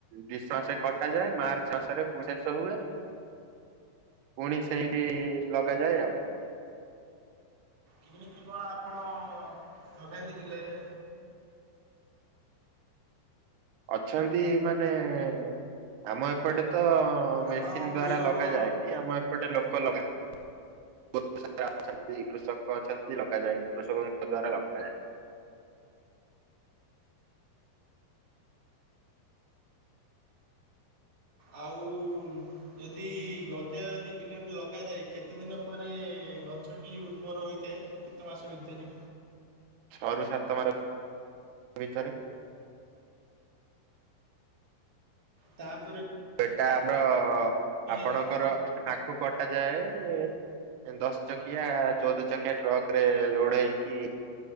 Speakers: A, on the right; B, on the right.
A: ଡିସେ ମାସରେ କଟା ଯାଏ ମାର୍ଚ୍ଚ ମାସରେ <inaudible> ଶେଷ ହୁଏ। ପୁଣି ସେଇଠି ଲଗାଯାଏ ଆଉ।
B: କିମିତି କଣ ଆପଣ ଲଗାନ୍ତି ବିଲେରେ?
A: ଅଛନ୍ତି ମାନେଏଏ ଆମ ଏପଟେ। ତ
B: ଆପଣ
A: ମେସିନ
B: କୃଷକ
A: ଦ୍ଵାରା ଲଗାାଯାଏନି, ଆମ ଏପଟେ ଲୋକ ଲଗାନ୍ତି। ବହୁତ ସାରା ଅଛନ୍ତି, କୃଷକ ଅଛନ୍ତି ଲଗାଯାଏ କୃଷକଙ୍କ ଦ୍ଵାରା ଲଗାଯାଏ।
B: ଆଉଉ ଯଦି ଗଜା ଯଦି ବିଲରେ ଲଗାଯାଏ କେତେ ଦିନ ପରେ ଗଛଟି ଉର୍ବର ହୋଇଥାଏ, କେତେ ମାସ ଭିତରେ?
A: ଛଅ ରୁ ସାତ ମାସ, ଭିତରେ।
B: ତାପ୍
A: ସେଇଟା ଆମର ଆପଣଙ୍କର
B: ଆପଣ
A: ଆଖୁ କଟା ଯାଏ, ଦଶ ଚକିଆ ଚୋଉଦ ଚକିଆ ଟ୍ରକରେ ଲୋଡ ହେଇକି